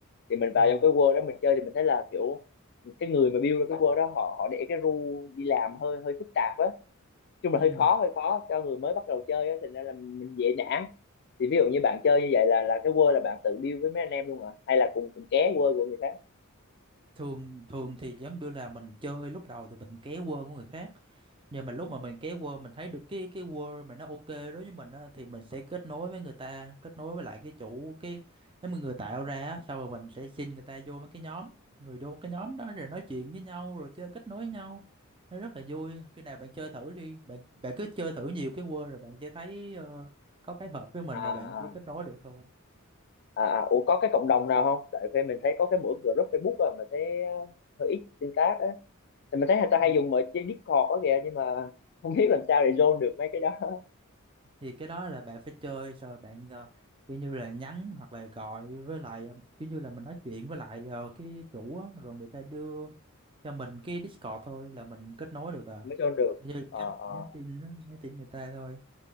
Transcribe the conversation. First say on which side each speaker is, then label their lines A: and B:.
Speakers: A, on the left; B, on the right.
A: thì mình vào
B: Ờ.
A: trong cái world đó mình chơi thì mình thấy là kiểu cái người mà build ra cái world đó họ họ để cái rule đi làm hơi hơi phức tạp á chung
B: ừ.
A: là hơi khó hơi khó cho người mới bắt đầu chơi á thành ra là mình dễ nản thì ví dụ như bạn chơi như vậy là là cái word là bạn tự build với mấy anh em luôn hả hay là cùng cùng ké word của người khác
B: thường thường thì giống như là mình chơi lúc đầu thì mình ké quơ của người khác nhưng mà lúc
A: Ừ.
B: mà mình kéo Word mình thấy được cái cái Word mà nó ok đối với mình á thì mình sẽ kết nối với người ta kết nối với lại cái chủ cái cái mà người tạo ra á sau rồi mình sẽ xin người ta vô mấy cái nhóm rồi vô cái nhóm đó rồi nói chuyện với nhau rồi chơi kết nối với nhau nó rất là vui khi nào bạn chơi thử đi bạn bạn cứ chơi thử nhiều cái Word rồi bạn sẽ thấy ờ, có cái hợp với mình
A: à, à,
B: rồi bạn sẽ kết nối được thôi
A: à, à. Ủa có cái cộng đồng nào không tại vì mình thấy có cái mỗi group Facebook rồi mà thấy ờ, hơi ít tương tác á thì mình thấy người ta hay
B: Ừ.
A: dùng mọi trên Discord đó kìa nhưng mà <laughs> không biết làm sao để join được mấy cái đó <laughs>
B: thì cái đó là bạn phải chơi xong rồi bạn ờ, kiểu như là nhắn hoặc là gọi với lại ờ, kiểu như là mình nói chuyện với lại ờ, cái chủ á, rồi người ta đưa cho mình cái Discord thôi là mình kết nối được à
A: mới join được
B: Cái như
A: ờ
B: nhắn
A: ờ
B: nhắn tin đó, nhắn tin người ta thôi